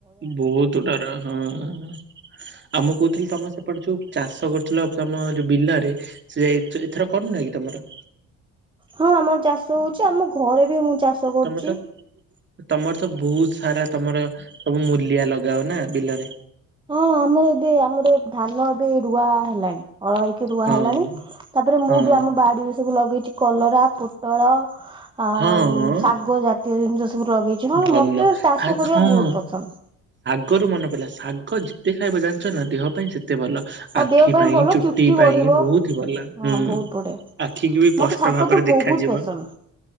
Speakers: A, on the right; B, on the right.
A: ବହୁତ ଡର ହଁ-ଅ। ଆଉ ମୁଁ କହୁଥିଲି, ତମେ ସେପଟେ ଯୋଉ ଚାଷ କରୁଥିଲ ତମ ଯୋଉ ବିଲରେ ସେ ଯାଇ ଏଥର କଣ ନାଇକି ତମର।
B: ହଁ ଆମର ଚାଷ ହଉଛି। ଆମ ଘରେ ବି ମୁଁ ଚାଷ କରୁଛି।
A: ତମର ତ ତମର ତ ବହୁତ ସାରା ତମର ସବୁ ମୂଲିଆ ଲଗାଅ ନା ବିଲରେ।
B: ହଁ, ଆମର ଏବେ ଆମର ଧାନ ଏବେ ରୁଆ ହେଲାଣି। ଅଳ ହେଇକି ରୁଆ
A: ହଁ
B: ହେଲାଣି, ତାପରେ ମୁଁ
A: ହଁ
B: ବି ଆମ ବାଡିରେ ସବୁ ଲଗେଇଛି। କଲରା, ପୋଟଳ, ଆଉ
A: ହଁ
B: ଶାଗ ଜାତୀୟ ଜିନିଷ ସ ତୁରଗେଇଛୁ। ହଁ
A: ଭଲ
B: ମତେ ତାଷ
A: ଆ
B: କରିବା
A: ହଁ
B: ବହୁତ ପସନ୍ଦ।
A: ଶାଗରୁ ମନ ପଇଲା ଶାଗ ଯେତେ ଖାଇବ ଜାଣିଛ ନା, ଦେହ ପାଇଁ ସେତ ତେ ଭଲ
B: ଆଉ
A: ଆଖି
B: ଦେହ
A: ପାଇଁ,
B: ଭଲ
A: ଚୁଟି ପାଇଁ,
B: ବଢିବ
A: ବହୁତ ହି ଭଲ।
B: ହଁ
A: ହୁଁ,
B: ବହୁତ ବଢିଆ।
A: ଆଖିକୁ ବି ପଷ୍ଟ
B: ମତେ ଶାଗ
A: ଭାବରେ
B: ତ ବହୁତ
A: ଦେଖାଯିବ।
B: ପସନ୍ଦ